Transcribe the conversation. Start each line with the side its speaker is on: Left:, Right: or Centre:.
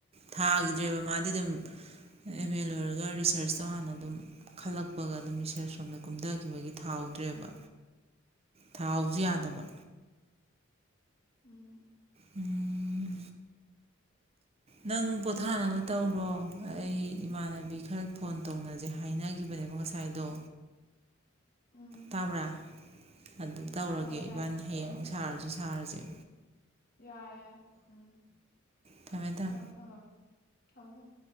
Right: ꯊꯥꯒꯤꯗ꯭ꯔꯦꯕ ꯃꯥꯗꯤ ꯑꯗꯨꯝ ꯑꯦꯝ ꯑꯦ ꯂꯣꯏꯔꯒ ꯔꯤꯁꯔꯁꯇꯣ ꯍꯥꯟꯅ ꯑꯗꯨꯝ ꯈꯜꯂꯛꯄꯒ ꯑꯗꯨꯝ ꯔꯤꯁꯔꯁ ꯁꯣꯝꯗ ꯀꯨꯝꯊꯈꯤꯕꯒꯤ ꯊꯥꯎꯍꯧꯗ꯭ꯔꯦꯕ ꯊꯥꯎꯁꯨ ꯌꯥꯗꯕ
Left: ꯑꯣ ꯎꯝ
Right: ꯎꯝ ꯅꯪ ꯄꯣꯊꯥꯅꯕ ꯇꯧꯔꯣ ꯑꯩ ꯏꯃꯥꯟꯅꯕꯤ ꯈꯔ ꯐꯣꯟ ꯇꯧꯅꯖꯦ ꯍꯥꯏꯅꯈꯤꯕꯅꯦꯕ ꯉꯁꯥꯏꯗꯣ
Left: ꯎꯝ
Right: ꯇꯥꯕ꯭ꯔꯥ ꯑꯗꯨ ꯇꯧꯔꯒꯦ
Left: ꯇꯥꯏ ꯇꯥꯏ
Right: ꯏꯕꯥꯅꯤ ꯍꯌꯦꯡ ꯑꯃꯨꯛ ꯁꯥꯔꯖꯨ ꯊꯥꯔꯖꯦ
Left: ꯌꯥꯏ ꯌꯥꯏ ꯎꯝ
Right: ꯊꯝꯃꯦ ꯊꯝꯃꯦ
Left: ꯍꯣꯏ ꯊꯝꯃꯒꯦ ꯊꯝꯃꯣ ꯊꯝꯃꯣ